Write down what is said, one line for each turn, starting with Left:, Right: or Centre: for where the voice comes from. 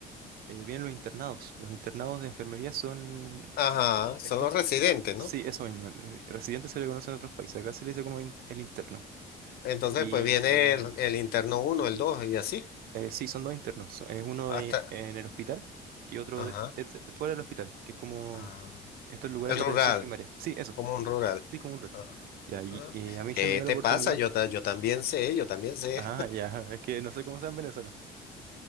Right: eh, vienen los internados. Los internados de enfermería son...
Left: Ajá,
Right: estos
Left: son los residentes,
Right: Sí,
Left: ¿no?
Right: eso mismo. el Residente se le conoce en otros países. Acá se le dice como in- el interno.
Left: Entonces,
Right: Y
Left: pues viene el, el interno uno el 2 y así.
Right: eh, sí, son dos internos. so- Es uno
Left: Hasta,
Right: de- en el hospital y otro
Left: ajá.
Right: de- de- de- fuera del hospital, que es como
Left: Ah,
Right: estos lugares
Left: El
Right: de
Left: rural,
Right: atención primaria. Sí, eso.
Left: como un rural.
Right: Sí, como un rol.
Left: Ah,
Right: Ya, y,
Left: ah.
Right: y a mí
Left: ¿Qué
Right: se me dio
Left: te
Right: la oportunidad.
Left: pasa? Yo, ta- yo también sé, yo también sé.
Right: Ah, ya. Es que no sé cómo sea en Venezuela.